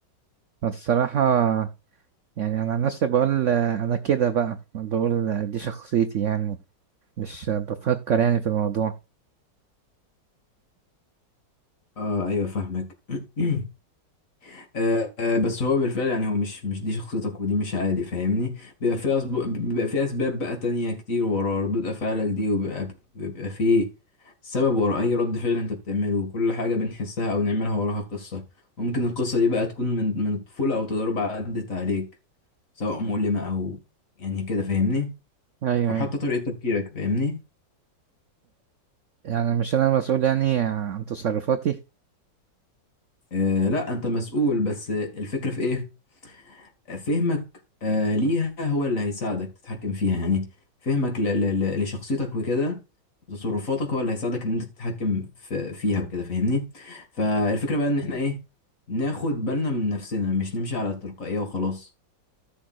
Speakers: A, on the right; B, on the left.
A: الصراحة يعني انا عن نفسي بقول آه، انا كده بقى بقول آه، دي شخصيتي يعني مش آه، بفكر يعني في الموضوع
B: آه أيوة فاهمك <clears throat> آه، آه، بس هو بالفعل يعني هو مش مش دي شخصيتك ودي مش عادي فاهمني بيبقى في أسب... بيبقى في اسباب بقى تانية كتير ورا ردود افعالك دي وبيبقى بيبقى في سبب ورا اي رد فعل انت بتعمله وكل حاجة بنحسها او نعملها وراها قصة وممكن القصة دي بقى تكون من من الطفولة او تجارب عدت عليك سواء مؤلمة او يعني كده فاهمني
A: ايوه
B: او
A: ايوه
B: حتى طريقة تفكيرك فاهمني
A: يعني مش انا مسؤول يعني عن تصرفاتي
B: آه لا انت مسؤول بس الفكرة في ايه فهمك آه، ليها هو اللي هيساعدك تتحكم فيها يعني فهمك ل- ل- ل- لشخصيتك وكده وتصرفاتك هو اللي هيساعدك ان انت تتحكم في- فيها وكده فاهمني فالفكرة بقى ان احنا ايه ناخد بالنا من نفسنا مش نمشي على التلقائية وخلاص